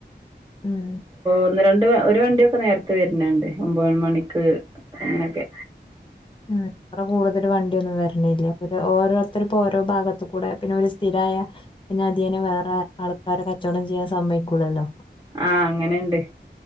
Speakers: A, on the left (about 25°); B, on the right (about 20°).
A: ഉം
B: ഒന്ന് രണ്ട് ട്ട് ഒരു വണ്ടിയൊക്കെ നേരത്തെ വര്ന്ണ്ട് ഒമ്പത് മണിക്ക് അങ്ങനൊക്കെ
A: ഉം ഇവിടെ കൂടുതലു വണ്ടിയൊന്നും വര്ണില്ല ഓരോരുത്തർ ഇപ്പോ ഓരോ ഭാഗത്തു കൂടെ പിന്നെ ഒരു സ്ഥിരായ പിന്നെ അതിയേനെ വേറെ ആൾക്കാരെ കച്ചോടം ചെയ്യാൻ സമ്മയ്ക്കൂലല്ലോ
B: ആഹ് അങ്ങനെണ്ട്